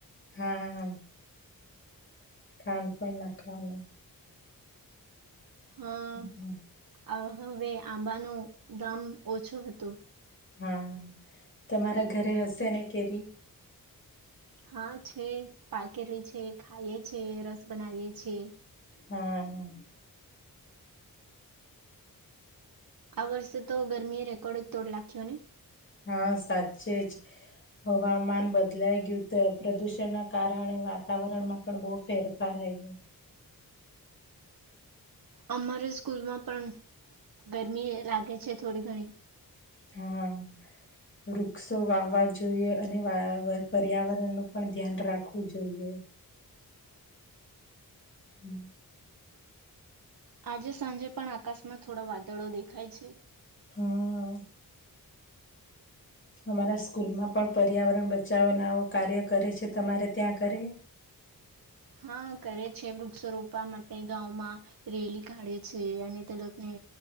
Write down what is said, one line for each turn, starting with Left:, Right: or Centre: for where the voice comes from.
Left: હા ખંડ પણ નાખવાની
Right: હા
Left: હમ,
Right: આ હવે આંબાનો ગામ ઓછો હતો
Left: હા તમારા ઘરે હશે ને કેરી
Right: હા છે પાકેલી છે ખાઈ છે રસ બનાવીએ છેીએ
Left: હા હા
Right: આ વર્ષે તો ગરમી રેકોર્ડ જ તોડ લખ્યો ને
Left: હા સાચે જ હવામાન બદલાઈ ગયું તો પ્રદુષણ ના કારણે વાતાવરણમાં પણ બહુ ફેરફાર આવી ગયો
Right: અમારે સ્કૂલમાં પણ ગરમી લાગે છે થોડી ઘણી
Left: હા વૃક્ષો વાવવા જોઈએ અને પર્યાવરણનુંું પણ ધ્યાન રાખવું જોઈએ હમ
Right: આજે સાંજે પણ આકાશમાં થોડા વાદળો દેખાય છે
Left: હા અમારા સ્કૂલમાં પણ પર્યાવરણ બચાવવાના આવો કાર્ય કરે છે તમારે ત્યાં કરે
Right: હા કરે છે વૃક્ષો રોપવા માટે ગામંમાં રેલી કાઢે છે અને તે લોકોને